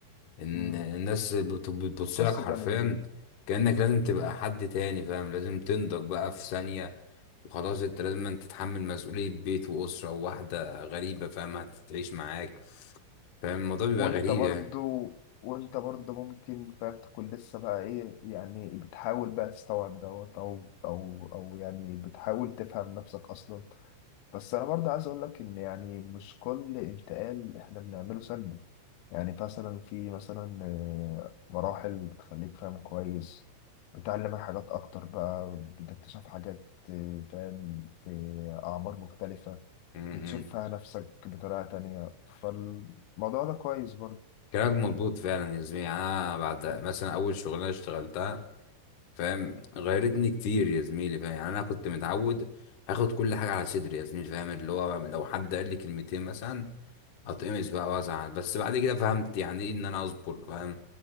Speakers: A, on the left; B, on the left.
A: ان
B: مم.
A: الناس بت- بتبص
B: قصة
A: لك حرفيا
B: تانية دي
A: كانك لازم تبقى حد تاني فاهم لازم تنضج بقى في ثانيه وخلاص انت لازم أن تتحمل مسؤوليه بيت واسره وواحده غريبه فاهم هتعيش معاك فاهم الموضوع بيبقى
B: وأنت
A: غريب
B: برضه
A: يعني
B: وأنت برضه ممكن فاهم تكون لسه بقى إيه يعني بتحاول بقى تستوعب دوت أو أو أو يعني بتحاول تفهم نفسك أصلا بس انا برضه عايز اقول لك ان يعني مش كل انتقال احنا بنعمله سلبي يعني مثلا في مثلا آه، مراحل بتخليك فاهم كويس بتعلمك حاجات اكتر بقى بتكتشف حاجات آه، فاهم في اعمار مختلفة
A: امم
B: بتشوف فيها نفسك بطريقة تانية فالموضوع ده كويس
A: كلامك مظبوط فعلا يا زميلي انا بعد مثلا اول شغلانه اشتغلتها فاهم غيرتني كتير يا زميلي فاهم يعني انا كنت متعود اخد كل حاجه على صدري يا زميلي فاهم اللي هو لو حد قال لي كلمتين مثلا اتقمص بقى وازعل بس بعد كده فهمت يعني ايه ان انا اصبر فاهم